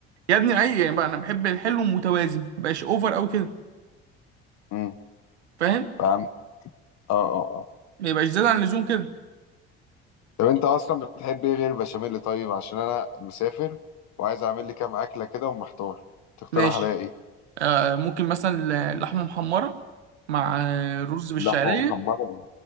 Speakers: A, on the right (about 85°); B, on the left (about 55°).
A: يا ابني اي يعني بقى انا بحب الحلو المتوازن ما يبقاش اوفر قوي كده
B: امم
A: فاهم
B: فهمت اه اه
A: ما يبقاش زياده عن اللزوم كده
B: طب انت اصلا بتحب ايه غير البشاميل طيب عشان انا مسافر وعايز اعمل لي كام اكله كده ومحتار تقترح
A: ماشي
B: عليا ايه
A: آه ممكن مثلا لحمه محمره مع آه، رز بالشعريه
B: لحمه محمره